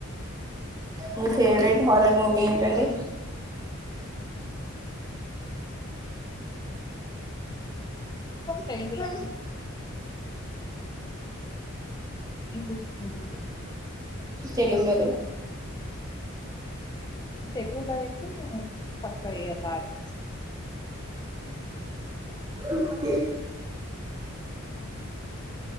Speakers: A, on the right (about 20°); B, on the left (about 20°).
A: మీ ఫేవరెట్ హారర్ మూవీ ఏంటండి
B: తెలుగులోన ఏం తెచ్చకున్నాండి
A: తెలుగులోకి,
B: తెలుగులో అయితే ఐతే పక్కా ఇగ బార్,
A: ఓకే